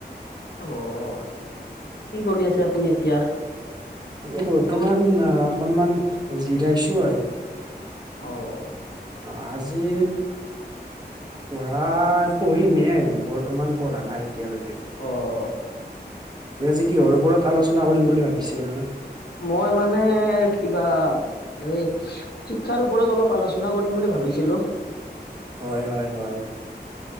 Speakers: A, on the left (about 65°); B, on the right (about 25°).
A: অ'হ, কি কৰি আছে আপুনি এতিয়া।
B: এই বৰ্তমান অকনমান অহ জিৰাইছোঁ আৰু।
A: অ'হ।
B: অ'হ, আজি। পঢ়া পঢ়িমমে বৰ্তমান পঢ়া নাই এতিয়ালৈকে।
A: অ'।
B: তই আজি কিহৰ ওপৰত আলোচনা কৰিম বুলি ভাবিছে এনে।
A: মই মানে কিবা এই। শিক্ষাৰ ওপৰত অলপ আলোচনা কৰিম বুলি ভাবিছিলোঁ।
B: হয় হয় হয়।